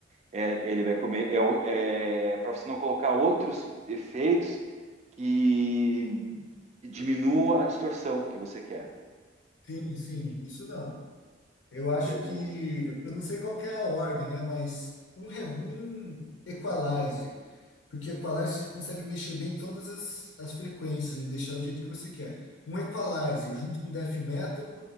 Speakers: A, on the right; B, on the left.
A: é, ele vai comer é, o- é, para você não colocar outros efeitos que, que diminua a distorção que você quer,
B: Sim, sim, isso não. Eu acho
A: entendeu?
B: que, eu não sei qual que é a ordem, né? Mas um, re- um equalizer, porque equalizer você consegue mexer bem todas as, as frequências, ele deixar do jeito que você quer. Um equalizer junto com death metal